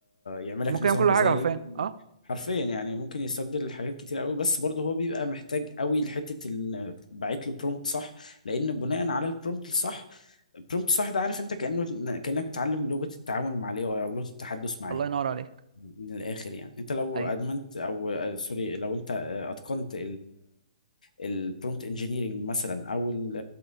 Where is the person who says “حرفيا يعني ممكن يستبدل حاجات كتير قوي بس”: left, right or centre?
Left